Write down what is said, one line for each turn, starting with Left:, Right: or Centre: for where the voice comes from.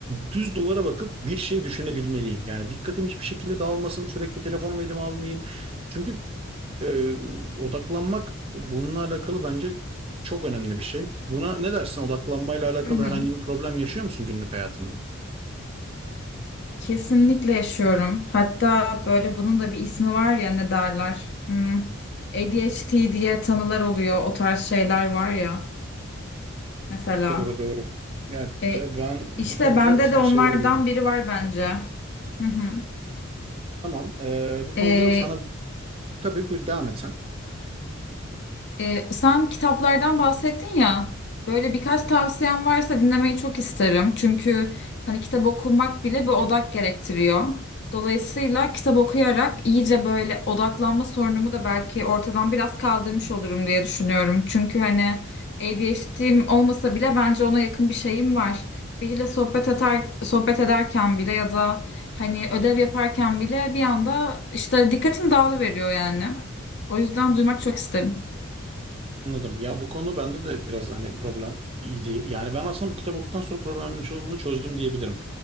Right: düz duvara bakıp bir şey düşünebilmeliyim. Yani dikkatim hiçbir şekilde dağılmasın, sürekli telefonumu elime almayayım. Çünkü e, odaklanmak bununla alakalı bence çok önemli bir şey. Buna ne dersin? Odaklanmayla alakalı
Left: Hı hı.
Right: herhangi bir problem yaşıyor musun günlük hayatında?
Left: Kesinlikle yaşıyorum. Hatta böyle bunun da bir ismi var ya ne derler? Hmm. ADHD diye tanılar oluyor. O tarz şeyler var ya. Mesela.
Right: Doğru doğru. Yani
Left: E,
Right: e, ben
Left: işte
Right: bu konuda
Left: bende
Right: sana
Left: de onlardan
Right: şey verebilirim.
Left: biri var bence. Hı hı.
Right: Tamam. e, bu konuda
Left: E,
Right: sana tabii bu devam et sen.
Left: Ee, sen kitaplardan bahsettin ya. Böyle birkaç tavsiyen varsa dinlemeyi çok isterim. Çünkü hani kitap okumak bile bir odak gerektiriyor. Dolayısıyla kitap okuyarak iyice böyle odaklanma sorunumu da belki ortadan biraz kaldırmış olurum diye düşünüyorum. Çünkü hani ADHD'm olmasa bile bence ona yakın bir şeyim var. Biriyle sohbet eder, sohbet ederken bile ya da hani ödev yaparken bile bir anda işte dikkatim dağılıveriyor yani. O yüzden duymak çok isterim.
Right: Anladım. Ya bu konu bende de biraz hani problem idi. Yani ben aslında bu kitap okuduktan sonra problemin çoğunu çözdüm diyebilirim.